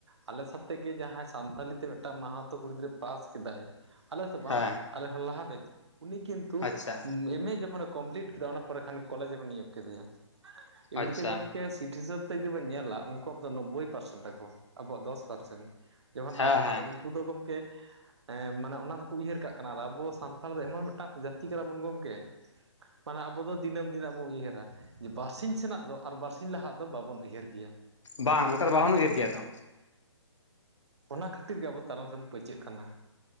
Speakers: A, on the right (about 65°); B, on the left (about 75°).
A: ᱟᱞᱮ ᱥᱟᱛᱮᱜ ᱜᱮ ᱡᱟᱦᱟᱸᱭ ᱥᱟᱱᱛᱟᱞᱤ ᱛᱮ ᱢᱤᱫᱴᱟᱝ ᱢᱟᱦᱟᱛᱚ ᱠᱩᱲᱤ ᱜᱤᱫᱽᱨᱟᱹ ᱯᱟᱥ ᱠᱮᱫᱟᱭ ᱟᱞᱮᱥᱮᱫ ᱫᱚ ᱵᱟᱝ
B: ᱦᱮᱸ
A: ᱟᱞᱮ ᱠᱷᱚᱱ ᱞᱟᱦᱟ ᱵᱮᱸᱪ ᱩᱱᱤ ᱠᱤᱱᱛᱩ
B: ᱟᱪᱪᱷᱟ
A: ᱮᱢ ᱮ ᱡᱚᱠᱷᱚᱱᱮᱼᱼ ᱠᱚᱢᱯᱞᱤᱴ ᱠᱮᱫᱟ ᱚᱱᱟ ᱯᱚᱨᱮ ᱠᱷᱟᱱ ᱠᱚᱞᱮᱡᱽ ᱨᱮᱠᱚ ᱱᱤᱭᱚᱠ ᱠᱮᱫᱮᱭᱟ᱾ ᱮᱢᱱᱛᱮ
B: ᱟᱪᱪᱷᱟ
A: ᱜᱚᱢᱠᱮ ᱥᱤᱴ ᱦᱤᱥᱟᱹᱵᱽ ᱡᱩᱫᱤ ᱵᱚᱱ ᱧᱮᱞᱟ ᱩᱱᱠᱩᱣᱟᱜ ᱫᱚ ᱱᱳᱵᱽᱵᱳᱭ ᱯᱟᱨᱥᱮᱱ ᱛᱟᱠᱚ ᱟᱵᱚᱣᱟᱜ ᱫᱚᱥ ᱯᱟᱨᱥᱮᱱ ᱡᱚᱠᱷᱚᱱ
B: ᱦᱮᱸ
A: ᱟᱨ
B: ᱦᱮᱸ
A: ᱩᱱᱠᱩ ᱫᱚ ᱜᱚᱢᱠᱮ ᱮ ᱢᱟᱱᱮ ᱚᱱᱟ ᱫᱚᱠᱚ ᱩᱭᱦᱟᱹᱨ ᱠᱟᱜ ᱠᱟᱱᱟ ᱟᱨ ᱟᱵᱚ ᱥᱟᱱᱛᱼᱼ ᱛᱟᱦᱚᱞᱮ ᱫᱚ ᱮᱢᱚᱱ ᱢᱤᱫᱴᱟᱝ ᱡᱟᱹᱛᱤ ᱠᱟᱱᱟ ᱵᱚᱱ ᱜᱚᱢᱠᱮ ᱢᱟᱱᱮ ᱟᱵᱚ ᱫᱚ ᱫᱤᱱᱟᱹᱢ ᱫᱤᱱᱟᱜᱹ ᱵᱚᱱ ᱩᱭᱦᱟᱹᱨᱟ᱾ ᱵᱟᱨᱥᱤᱧ ᱥᱮᱱᱟᱜ ᱫᱚ ᱟᱨ ᱵᱟᱨᱥᱤᱧ ᱞᱟᱦᱟᱜ ᱫᱚ ᱵᱟᱵᱚᱱ ᱩᱭᱦᱟᱹᱨ ᱜᱮᱭᱟ᱾
B: ᱵᱟᱝ ᱚᱱᱠᱟ ᱫᱚ ᱵᱟᱵᱚᱱ ᱩᱦᱟᱹᱨ ᱠᱮᱭᱟ ᱛᱚ᱾
A: ᱚᱱᱟ ᱠᱷᱟᱹᱛᱤᱨ ᱜᱮ ᱟᱵᱚ ᱛᱟᱱᱚᱢ ᱥᱮᱱ ᱵᱚᱱ ᱯᱟᱹᱪᱟᱹᱜ ᱠᱟᱱᱟ᱾